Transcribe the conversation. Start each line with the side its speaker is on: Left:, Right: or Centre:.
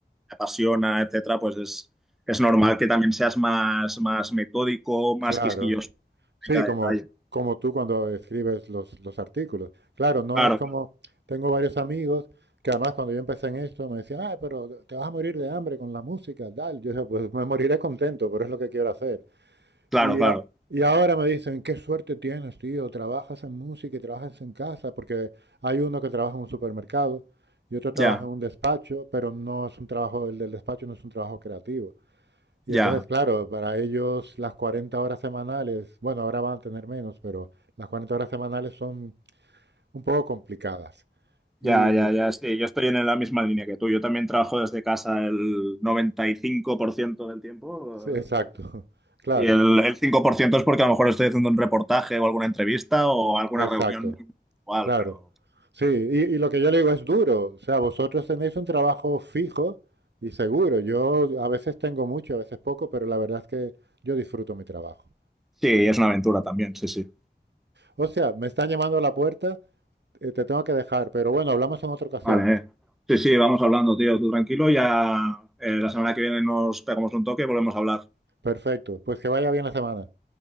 Centre: te apasiona, etcétera, pues es, es normal que también seas más, más metódico,
Right: claro.
Centre: más quisquilloso
Right: Sí,
Centre: en cada
Right: como,
Centre: detalle.
Right: como tú cuando escribes los, los artículos. Claro, no
Centre: Claro,
Right: es como,
Centre: claro,
Right: tengo varios amigos que además cuando yo empecé en esto me decían, ah, pero te vas a morir de hambre con la música, tal. Yo dije, pues me moriré contento, pero es lo que quiero hacer.
Centre: claro,
Right: Y,
Centre: claro.
Right: a- y ahora me dicen, qué suerte tienes, tío, trabajas en música y trabajas en casa, porque hay uno que trabaja en un supermercado y otro trabaja
Centre: ya,
Right: en un despacho, pero no es un trabajo, el del despacho no es un trabajo creativo. Y
Centre: ya.
Right: entonces, claro, para ellos las cuarenta horas semanales, bueno, ahora van a tener menos, pero las 40 horas semanales son un poco complicadas. Y,
Centre: Ya, ya, ya, sí, yo estoy en la misma línea que tú. Yo también trabajo desde casa el 95% del tiempo
Right: sí, exacto,
Centre: eh,
Right: <laughs> claro,
Centre: y el, el 5% es porque a lo mejor estoy haciendo un reportaje o alguna entrevista o alguna
Right: exacto.
Centre: reunión igual.
Right: Claro.
Centre: pero
Right: Sí, y, y lo que yo le digo es duro. O sea, vosotros tenéis un trabajo fijo y seguro. Yo a veces tengo mucho, a veces poco, pero la verdad es que yo disfruto mi trabajo.
Centre: sí, es una aventura también, sí, sí.
Right: O sea, me están llamando a la puerta, eh, te tengo que dejar, pero bueno, hablamos en otra ocasión.
Centre: Vale, eh. Sí, sí, vamos hablando, tío, tú tranquilo, ya eh, la semana que viene nos pegamos un toque y volvemos a hablar.
Right: Perfecto, pues que vaya bien la semana.